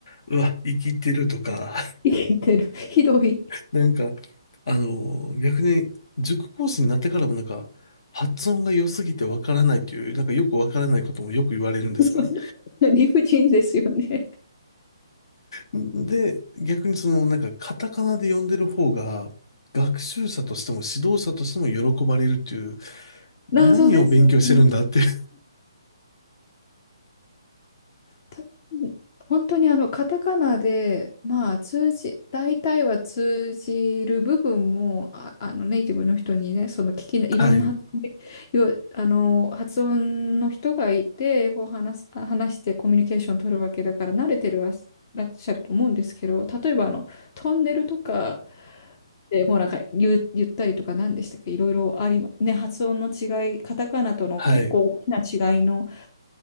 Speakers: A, on the left (about 60°); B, on the left (about 40°).
A: うわ、生きてるとか、
B: 生きてる。<laughs> ひどい。
A: <laughs> なんか、あの、逆に、塾講師になってからもなんか、発音が良すぎてわからないという、なんかよくわからないこともよく言われるんですよね。
B: そんな理不尽ですよね。
A: で、逆にその、なんか、カタカナで読んでる方が、学習者としても指導者としても喜ばれるっていう、
B: 謎ですね。
A: 何を勉強してるんだっていう。
B: た本当にあの、カタカナで、まあ、通じ、大体は通じる部分も、あ、あの、ネイティブの人にね、その聞きの、いろんな発音で、
A: <laughs> はい。
B: よ、あの、発音の人がいて、英語を話す、あ話してコミュニケーションを取るわけだから、慣れてるらっしゃると思うんですけど、例えばあの、トンネルとか、で、もうなんか言う、言ったりとか何でしたっけ、いろいろありま、ね、発音の違い、カタカナとの結構大きな違いの、
A: はい。